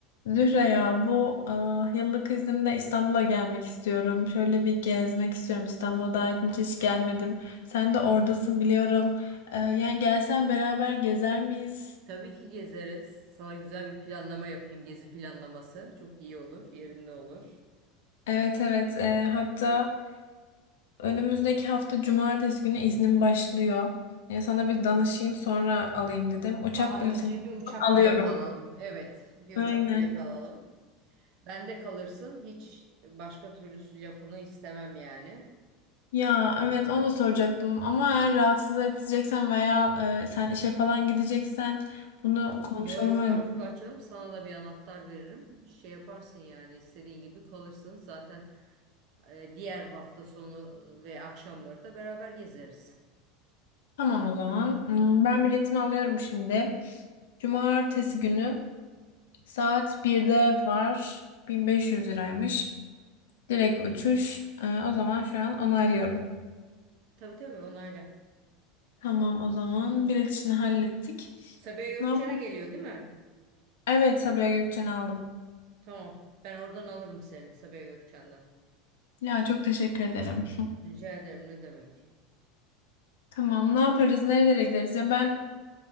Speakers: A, on the left (about 80°); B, on the right (about 60°).
A: Zühre ya bu ah, yıllık iznimde İstanbul'a gelmek istiyorum. Şöyle bir gezmek istiyorum. İstanbul'a daha önce hiç gelmedim. Sen de oradasın biliyorum. Eee, yani gelsen beraber gezer miyiz?
B: Tabii ki gezeriz. Sana güzel bir planlama yapayım. Gezi planlaması. Çok iyi olur. Yerinde olur.
A: Evet evet Eee, hatta önümüzdeki hafta cumartesi günü iznim başlıyor. Ya sana bir danışayım sonra alayım dedim. Uçak
B: Sana
A: biletini
B: önce bir uçak
A: alıyorum.
B: bileti alalım. Evet, bir
A: Aynen.
B: uçak bileti alalım. Bende kalırsın. Hiç başka türlü lafını istemem yani.
A: Ya evet onu da soracaktım ama eğer rahatsız edeceksen veya eee, sen işe falan gideceksen bunu konuşalım
B: Yo estağfurullah
A: önce.
B: canım. Sana da bir anahtar veririm. Şey yaparsın yani istediğin gibi kalırsın. Zaten e, diğer hafta sonu ve akşamları da beraber gezeriz.
A: Tamam o zaman. Hmm, Ben biletimi alıyorum şimdi. Cumartesi günü saat birde var. 1500 liraymış. Direkt uçuş. Ee, o zaman şu an onaylıyorum.
B: Tabii tabii onayla.
A: Tamam o zaman bilet işini hallettik.
B: Sabiha Gökçen'e
A: Ne yapalım?
B: geliyor değil mi?
A: Evet Sabiha Gökçen'i aldım.
B: Tamam. Ben oradan alırım seni Sabiha Gökçen'den.
A: Ya çok teşekkür ederim. <laughs>
B: Rica ederim ne demek.
A: Tamam ne yaparız nerelere gideriz ya ben